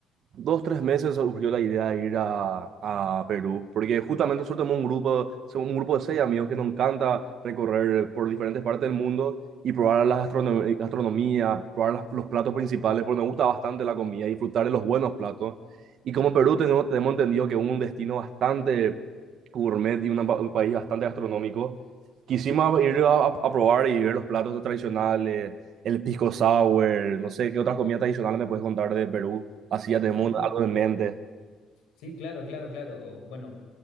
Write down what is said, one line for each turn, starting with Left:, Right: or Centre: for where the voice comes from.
Right: dos, tres meses surgió la idea de ir a, a Perú, porque justamente nosotros tenemos un grupo, somos un grupo de seis amigos que nos encanta recorrer por diferentes partes del mundo y probar la gastronom- gastronomía, probar las- los platos principales, porque nos gusta bastante la comida, disfrutar de los buenos platos. Y como Perú tenemos, tenemos entendido que es un destino bastante gourmet y una pa- un país bastante gastronómico, quisimos ir a, a probar y ver los platos tradicionales, el pisco sour, no sé qué otras comidas tradicionales me puedes contar de Perú. Así ya tenemos
Left: Sí, sí,
Right: algo en mente.
Left: Sí, claro, claro, claro. O, bueno,